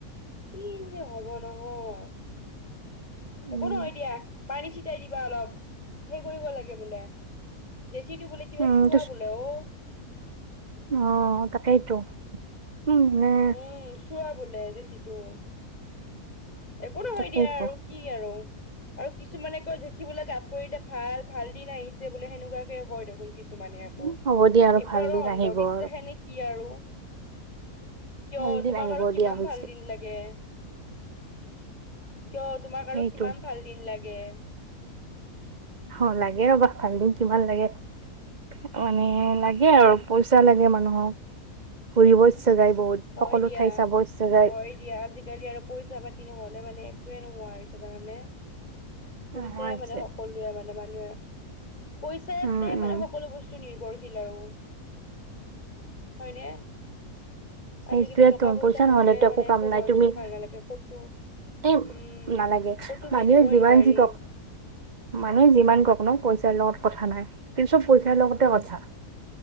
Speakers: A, on the left; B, on the right.
A: কি যে হব নহয়।
B: উম
A: একো নহয় দিয়া। পানী চেতিয়াই দিবা অলপ সেই কৰিব লাগে বোলে, জেঠিটো বোলে, কেচুৱা
B: উম এইটো চ-
A: বোলে অ।
B: অ তাকেইটো। উম উম।
A: উম চোৱা বোলে জেঠিটো। একো নহয়
B: তাকেইতো
A: দিয়া আৰু কি আৰু আৰু কিছুমানে কয় জেঠি বোলে গাত পৰিলে- ভাল ভাল দিন আহিছে বোলে, সেনেকুৱাকে কয় দেখোন কিছুমানে। মানে আকৌ,
B: উম, হ'ব দিয়া
A: এইবোৰ
B: ভাল
A: আৰু
B: দিন
A: অন্ধবিশ্বাসে
B: আহিব আৰু
A: নে কি আৰু। কিয়
B: ভাল দিন
A: তোমাক
B: আহিব
A: আৰু কিমান
B: দিয়া হৈছে
A: ভাল দিন লাগে? কিয় তোমাক
B: সেইটো
A: আৰু কিমান ভাল দিন লাগে?
B: অ লাগে ৰ'বা ভালদিন কিমান লাগে। মানে লাগে আৰু পইচা লাগে মানুহক, ঘুৰিব ইচ্ছা যায় বহুত।
A: হয়
B: সকলো
A: দিয়া
B: ঠাই চাব ইচ্ছা যায়।
A: হয় দিয়া আজিকালি আৰু পইচা পাতি নহলে মানে একোৱে নোহোৱা হৈছে জানানে?
B: নোহোৱা
A: পইচাই
B: হৈছে
A: মানে সকলোৱে মানে মানুহে, পইচাতে
B: উম উম
A: মানে সকলো বস্তু নিৰ্ভৰ। নিৰ্ভৰশীল আৰু, হয়নে? আজিকালি
B: এইটোৱেতো,
A: টকা
B: পইচা
A: নহ'লে
B: নহ'লেতো একো
A: মানে
B: কাম নাই
A: মন
B: তুমি-
A: চন ভাল নালাগে ক'তো
B: এ
A: উম
B: নালাগে
A: ক'তো
B: মানুহে
A: মিলিবই
B: যিমান
A: নোৱাৰি
B: যি কক, মানুে যিমান কওক ন পইচাৰ লগত কথা নাই, কিন্ত চব পইচাৰ লগতে কথা।